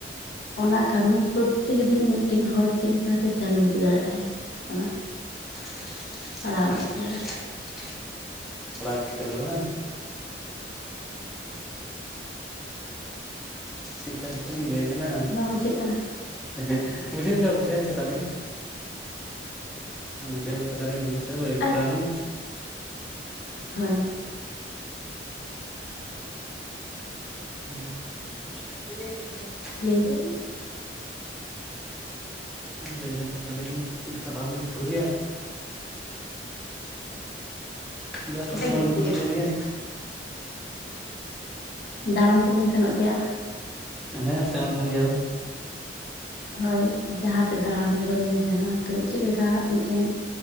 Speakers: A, on the left; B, in the centre.
A: ᱚᱱᱟ ᱠᱟᱹᱢᱤ ᱯᱨᱚᱛᱮᱠ ᱫᱤᱱ ᱢᱤᱫ ᱴᱮᱱ ᱦᱚᱲ ᱪᱮᱫ ᱞᱮᱠᱟᱛᱮ ᱪᱟᱹᱞᱩ ᱤᱫᱤ ᱫᱟᱲᱮᱭᱟᱜᱼᱟᱭ? ᱚᱱᱟ
B: <unintelligible>
A: ᱯᱟᱲᱦᱟᱣ ᱠᱷᱮᱛᱨᱮ ᱨᱮ
B: ᱴᱷᱤᱠ ᱴᱷᱟᱠ ᱛᱚ ᱞᱟᱹᱭ ᱠᱟᱱᱟ᱾
A: ᱵᱟᱝ ᱵᱩᱡᱷᱟᱹᱜ ᱠᱟᱱᱟ
B: <unintelligible> ᱠᱟᱫᱟᱞᱤᱧ᱾ ᱵᱩᱡᱷᱟᱹᱣ ᱠᱟᱫᱟᱞᱤᱧ, ᱵᱩᱡ ᱫᱚ ᱞᱟᱹᱭ
A: ᱟᱪ
B: ᱠᱟᱱᱟᱞᱤᱧ
A: ᱦᱳᱭ᱾
B: <unintelligible>
A: ᱞᱟᱹᱭ ᱵᱤᱱ
B: <unintelligible> ᱠᱟᱱᱟᱞᱤᱧ ᱪᱮᱠᱟ ᱵᱷᱟᱵᱞᱤ ᱥᱩᱨᱩᱭᱟ ᱡᱟ ᱯᱚᱥᱱᱚ
A: ᱮᱴᱟᱜ ᱠᱤᱪᱷᱩ
B: ᱵᱤᱱ ᱠᱩᱞᱤ
A: ᱞᱟᱹᱭ
B: ᱠᱮᱫ ᱞᱤᱧᱟ?
A: ᱫᱟᱬᱟᱱ ᱛᱚᱵᱮᱱ ᱥᱮᱱᱚᱜ ᱜᱮᱭᱟ?
B: ᱦᱮᱸ ᱥᱮᱱᱚᱜ ᱠᱟᱱ ᱜᱮᱭᱟ ᱞᱤᱧ᱾
A: ᱦᱳᱭ᱾ ᱡᱟᱦᱟᱸ ᱨᱮ ᱫᱟᱬᱟᱱ ᱡᱚᱠᱷᱚᱱ ᱵᱤᱱ ᱥᱮᱱᱚᱜᱼᱟ ᱛᱚ, ᱪᱮᱫ ᱞᱮᱠᱟ ᱢᱤᱫ ᱴᱮᱱ